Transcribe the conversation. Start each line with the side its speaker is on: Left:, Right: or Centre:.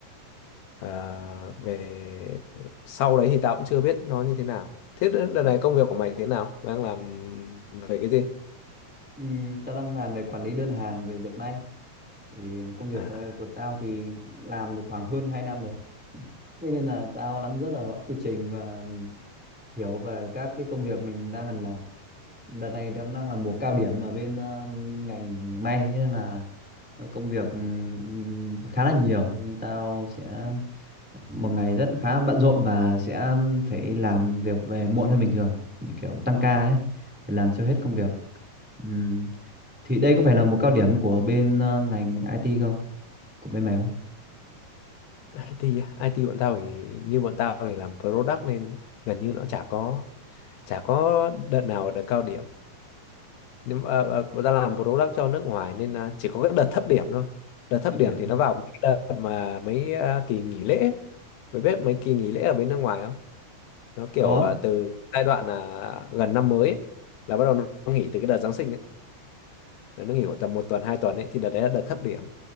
Left: Ờ, về sau đấy thì tao cũng chưa biết nó như thế nào. Thế đợt này công việc của mày thế nào? Mày đang làm về cái gì?
Centre: Ừm, tao đang làm về quản lý đơn hàng về dệt may. Thì công việc
Left: À,
Centre: ờ, của tao thì làm được khoảng hơn 2 năm rồi. Thế nên là tao nắm rất là rõ quy trình và ừm, hiểu về các cái công việc mình đang cần làm. Đợt này đang đang là mùa cao điểm ở bên ờ, ngành may thế nên là ờ, công việc ừm, khá là nhiều nên tao sẽ một ngày rất khá bận rộn và sẽ phải làm việc về muộn hơn bình thường để kiểu tăng ca ấy để làm cho hết công việc Ừm, thì đây có phải là một cao điểm của bên ờ, ngành IT không của bên mày không
Left: IT á. IT bọn tao thì như bọn tao thì làm product nên gần như nó chả có chả có đợt nào là đợt cao điểm. Nhưng mà, ờ, bọn tao làm product cho nước ngoài nên à, chỉ có cái đợt thấp điểm thôi. Đợt thấp
Centre: Thật
Left: điểm
Centre: điểm
Left: thì
Centre: à?
Left: nó vào cái đợt mà mấy à, kỳ nghỉ lễ. ấy. Mày biết mấy kỳ nghỉ lễ ở bên nước ngoài nó kiểu
Centre: có
Left: ờ, từ giai đoạn là gần năm mới ấy, là bắt đầu nó nghỉ từ cái đợt Giáng sinh ấy. Là nó nghỉ khoảng tầm một tuần hai tuần ấy thì đợt đấy là đợt thấp điểm